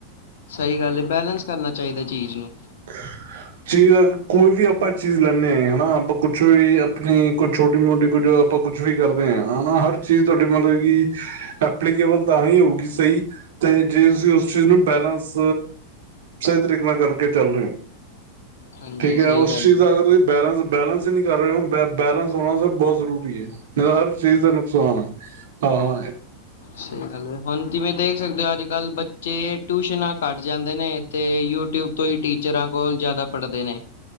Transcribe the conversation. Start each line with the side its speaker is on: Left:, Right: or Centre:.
Left: ਸਹੀ ਗੱਲ ਐ, ਬੈਲੈਂਸ ਕਰਨਾ ਚਾਹੀਦਾ ਚੀਜ਼ ਨੂੰ।
Right: <unintelligible> ਚੀਜ਼ ਕੋਈ ਵੀ ਆਪਾਂ ਚੀਜ਼ ਲੈਂਦੇ ਹਾਂ, ਹਨਾ ਆਪਾਂ ਕੁਛ ਵੀ ਆਪਣੀ ਕੁਛ ਛੋਟੀ-ਮੋਟੀ ਕੁੱਝ ਆਪਾਂ ਕੁਛ ਵੀ ਕਰਦੇ ਹਾਂ ਹਨਾ, ਹਰ ਚੀਜ਼ ਤੁਹਾਡੀ ਮਤਲਬ ਕਿ ਐਪਲੀਕੇਬਲ ਤਾਂ ਹੀ ਹੋਊਗੀ ਸਹੀ ਤੇ ਜੇ ਤੁਸੀਂ ਉਸ ਚੀਜ਼ ਨੂੰ ਬੈਲੇੈਂਸ, ਸਹੀ ਤਰੀਕੇ ਨਾਲ ਕਰ ਚੱਲ ਰਹੇ
Left: ਹਾਂਜੀ
Right: ਠੀਕ ਏ,
Left: ਸਹੀ
Right: ਉਸ
Left: ਗੱਲ
Right: ਚੀਜ਼
Left: ਏ।
Right: ਦਾ ਅਗਰ ਤੁਸੀਂ ਬੈਲੈਂਸ ਬੈਲੈਂਸ ਹੀ ਨਹੀ ਕਰ ਰਹੇ ਹੁਣ, ਬੈਲੈਂਸ ਹੋਣਾ ਬਹੁਤ ਜ਼ਰੂਰੀ ਏ, ਇਹ ਤਾਂ ਹਰ ਚੀਜ਼ ਦਾ ਨੁਕਸਾਨ ਆ। ਹਾਂ ਏ।
Left: ਸਹੀ ਗੱਲ, ਹੁਣ ਜਿਵੇਂ ਦੇਖ ਸਕਦੇ ਹੋ, ਅੱਜ-ਕੱਲ੍ਹ ਬੱਚੇ ਟਿਊਸ਼ਨਾਂ ਘੱਟ ਜਾਂਦੇ ਨੇ ਤੇ ਯੂਟਿਊਬ ਤੋਂ ਹੀ ਟੀਚਰਾਂ ਕੋਲ ਜ਼ਿਆਦਾ ਪੜ੍ਹਦੇ ਨੇ।